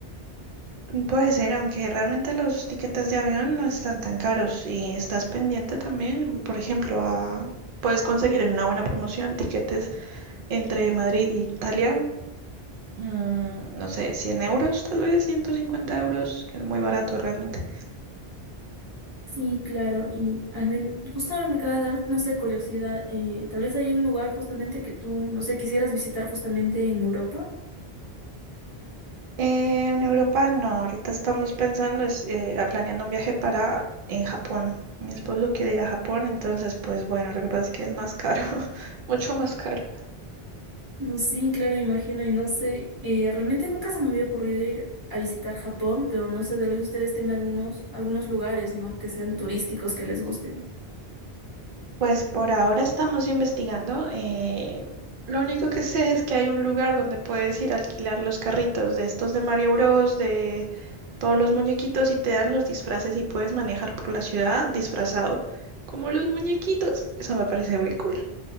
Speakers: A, on the right; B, on the right.
A: Mm, Puede ser, aunque realmente los tiquetes de avión no están tan caros y estás pendiente también, por ejemplo, a- puedes conseguir en una buena promoción tiquetes entre Madrid y Italia, mm, no sé, 100 euros, tal vez 150 euros, que es muy barato realmente.
B: Sí, claro, y al menos, justo ahora me acaba de dar, no sé, curiosidad, eh, tal vez hay un lugar justamente que tú, no sé, quisieras visitar justamente en Europa.
A: Eh, en Europa no, ahorita estamos pensando, es, eh, a- planeando un viaje para en Japón. Mi esposo quiere ir a Japón, entonces pues bueno, lo que pasa es que es más caro, <laughs> mucho más caro.
B: No, sí, claro, me imagino, y no sé, eh, realmente nunca se me había ocurrido ir a visitar Japón, pero no sé, tal vez ustedes tengan algunos, algunos lugares, ¿no? Que sean turísticos, que les gusten.
A: Pues por ahora estamos investigando. eh, lo único que sé es que hay un lugar donde puedes ir a alquilar los carritos de estos de Mario Bros, de todos los muñequitos y te dan los disfraces y puedes manejar por la ciudad disfrazado como los muñequitos. Eso me parece muy cool.